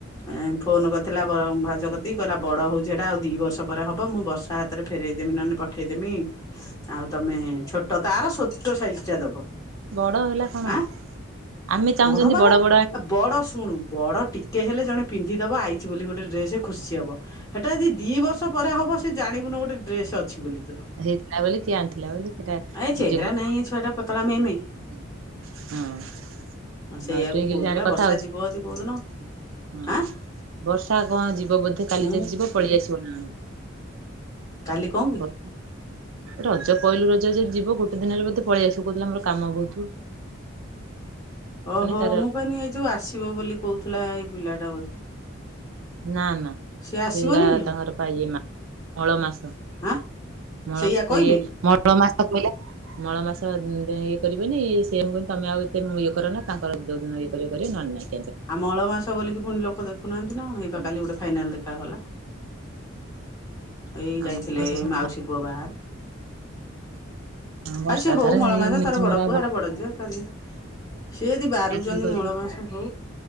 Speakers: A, on the left (about 20°); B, on the right (about 80°).
A: ଏ ଫୋନ୍ କରିଥିଲା ଭାଜକତି କହିଲା ବଡ ହଉଛି ଏଟା ଆଉ ଦି ବର୍ଷ ପରେ ହବ ମୁଁ ବର୍ଷ ତା ହାତରେ ଫେରେଇଦେମି ନହେଲେ ପଠେଇଦେମି ଆଉ ତମେ ଛୋଟ ତାର ଛୋଟ ସାଇଜ ଟା ଦବ।
B: ବଡ଼ ହେଲା କଣ
A: ଆଁ
B: ଆମେ ଚାହୁଁଛନ୍ତି
A: ବଡ ପାଲୋ
B: ବଡ ଆଣି
A: ବଡ ଶୁଣୁ ବଡ ଟିକେ ହେଲେ ଜଣେ ପିନ୍ଧିଦବ ଆଇଛି ବୋଲି ଗୋଟେ ଡ୍ରେସ ଖୁସି ହବ ସେଟା ଆ ଦି ବର୍ଷ ପରେ ହେବ ସେ ଜାଣିବୁ ନି ଗୋଟେ ଡ୍ରେସ ଅଛି ବୋଲି ତୋର।
B: ହେଇଥିଲା ବୋଲି କିଏ ଆଣିଥିଲା ବୋଲି ସେଟା
A: ଏ ଚେହେରା
B: ଦେଖ
A: ନାହିଁ ଏ ଛୁଆଟା ପତଳା ମେ ମେ
B: ହଁ
A: ହଁ ସେଇଆକୁ
B: ଆଉ ଟୁଇଁକିଲି
A: କହୁଥିଲା
B: ସାଙ୍ଗରେ କଥା
A: ବର୍ଷା
B: ହଉଛୁ
A: ଯିବ ଯଦି କୋଉଦିନ
B: ହଁ
A: ଆଁ
B: ବର୍ଷା କଣ ଯିବ ବୋଧେ କାଲି
A: ମୁଁ
B: ଯଦି ଯିବ ପଳେଇ ଆସିବ ନା କଣ।
A: କାଲି କଣ କି?
B: ହ ରଜ ପହିଲୁ ରଜ ଯ ଯିବ ଗୋଟେ ଦିନରେ ବୋଧେ ପଳେଇ ଆସିବୁ କହୁଥିଲା ଆମର କାମ ବହୁତୁ।
A: ଓହୋ
B: ତାର
A: ମୁଁ କହିଲି ଏ ଯୋଉ ଆସିବ ବୋଲି କହୁଥିଲା ଏଇ ପିଲାଟା ବୋଧେ।
B: ନା ନା ସେଇଟା
A: ସିଏ ଆସିବନି କିଲୋ?
B: ତାଙ୍କର ପା ଇଏ ମାସ ମଳ ମାସ।
A: ହାଁ
B: ମଳ
A: ସେଇଆ
B: ମାସ
A: କହିଲେ?
B: ଇଏ ମଳ ମାସ ପଇଲା। ମଳମାସ ଇଏ କରିବେନି ସେ କହନ୍ତ ତମେ ଆଉ ଏତେ ଇଏ କର ନା ତାଙ୍କର ଯୋଉଦିନ ଇଏ କର କରିବ ନ ନାହିଁ।
A: ଆଉ ମଳ ମାସ ବୋଲିକି ପୁଣି ଲୋକ ଦେଖୁନାହାନ୍ତି ନା କଣ ହେଇ
B: ହୁଁ।
A: ପା କାଲି ଗୋଟେ ଫାଇନାଲ ଦେଖାଗଲା ଏଇ
B: ହଁ
A: ଯାଇଥିଲେ ମାଉସୀ ପୁଅ ବାହହାର।
B: ବର୍ଷା
A: ହଁ ସେ ହଉ
B: ତାର
A: ମଳ
B: ଇଏ
A: ମାସ
B: ହଉଛି
A: ତାର ବଡ଼
B: ମୁଁ ଆଉ
A: ପୁଅ ଆର ବଡ଼ ଝିଅ <unintelligible> ସିଏ ଯଦି ବାରୁଛନ୍ତି
B: ଚାକିରି କରିବି
A: ମଳ ମାସକୁ ଆ